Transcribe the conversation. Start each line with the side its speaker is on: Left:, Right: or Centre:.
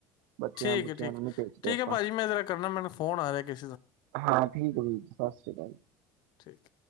Right: ਬੱਚਿਆਂ
Left: ਠੀਕ
Right: ਬੁੱਚਿਆਂ
Left: ਠੀਕ
Right: ਨੂੰ ਨੀ ਭੇਜਦੇ
Left: ਠੀਕ
Right: ਆਪਾਂ
Left: ਹੈ ਭਾਜੀ ਮੈਂ ਜਰਾ ਕਰਨਾ ਮੈਨੂੰ ਫੋਨ ਆ ਰਿਹਾ ਕਿਸ
Right: ਹਾਂ ਠੀਕ ਜੀ ਸਤਿ ਸ਼੍ਰੀ ਅਕਾਲ ਜੀ
Left: ਠੀਕ